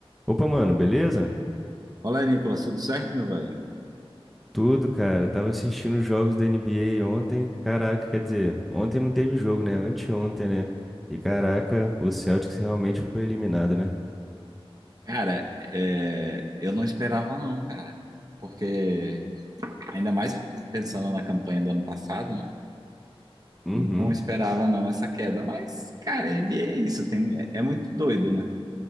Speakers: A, in the centre; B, on the right.
A: Opa, mano, beleza?
B: Olá, Nicolas, tudo certo, meu velho?
A: Tudo, cara. Tava assistindo os jogos da NBA ontem. Caraca, quer dizer, ontem não teve jogo, né? Anteontem, né? E caraca, o Celtics realmente foi eliminado, né?
B: Cara, é, eu não esperava não, cara, porque ainda mais pensando na campanha do ano passado, né?
A: Uhum.
B: Não esperava não essa queda, mas, cara, NBA é isso, tem, é muito doido, né?